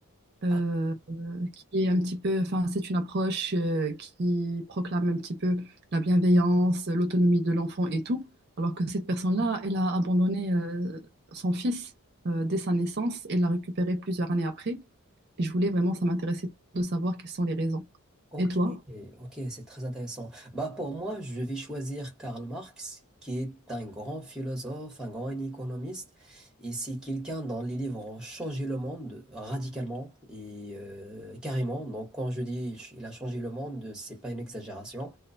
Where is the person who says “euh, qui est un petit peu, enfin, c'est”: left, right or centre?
Right